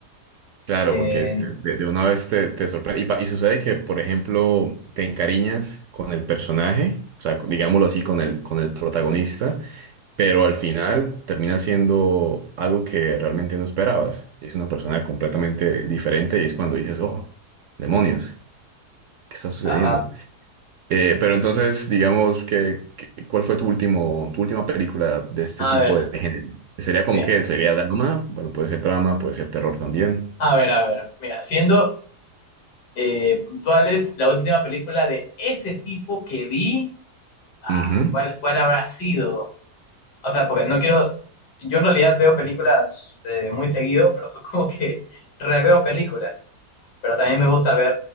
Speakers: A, on the right; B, on the left.
A: Claro,
B: Eh,
A: porque te- de, de una vez te, te sorprende. Y, pa- y sucede que, por ejemplo, te encariñas con el personaje, o sea, con- digámoslo así, con el, con el protagonista, pero al final termina siendo algo que realmente no esperabas. Es una persona completamente diferente y es cuando dices, oh, demonios, ¿qué está sucediendo?
B: ajá.
A: Eh, pero entonces, digamos que, que- ¿cuál fue tu último, tu última película de este
B: A
A: tipo
B: ver,
A: de género? ¿Sería como
B: mira,
A: qué? ¿Sería drama? Bueno, puede ser drama, puede ser terror también.
B: a ver, a ver. Mira, siendo eh, puntuales, la última película de ese tipo que vi, ah,
A: Ujú.
B: ¿cuál, cuál habrá sido? O sea, porque no quiero, yo en realidad veo películas eh, muy seguido, pero son como que reveo películas. Pero también me gusta ver,